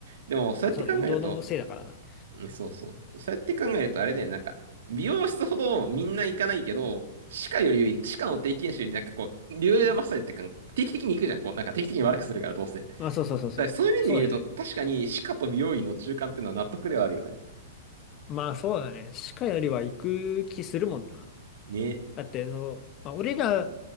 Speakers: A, on the right; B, on the left.
A: でも、そうやって考えると、
B: まあそうね、運動のせいだからな。
A: うんそうそう。そうやって考えると、あれだよね、なんか、美容室ほどみんな行かないけど、歯科より、歯科の定期検診より、なんかこう、流動マッサージってか、定期的に行くじゃん、こう、なんか定期的に悪くするから、どうせ。だか
B: まあそうそうそうそう。
A: らそういう面で見ると、
B: そうだよね。
A: 確かに歯科と美容院の中間っていうのは納得ではあるよね。
B: まあそうだね。歯科よりは行く気するもんな。
A: ね。
B: だって、その、まあ俺ら